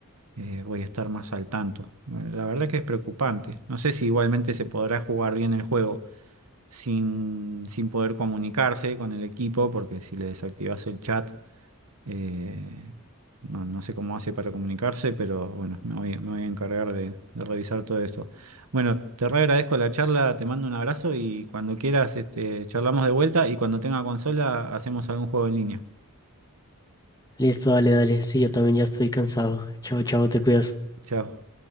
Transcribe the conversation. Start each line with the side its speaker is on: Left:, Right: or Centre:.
Right: eh, voy a estar más al tanto. Eh, La verdad que es preocupante. No sé si igualmente se podrá jugar bien el juego sin, sin poder comunicarse con el equipo, porque si le desactivas el chat eh, no, no sé cómo hace para comunicarse, pero bueno, me voy, me voy a encargar de, de revisar todo esto. Bueno, te re agradezco la charla, te mando un abrazo y cuando quieras, este, charlamos de vuelta y cuando tenga consola hacemos algún juego en línea.
Left: Listo, dale, dale. Sí, yo también ya estoy cansado. Chao, chao, te cuidas.
Right: Chao.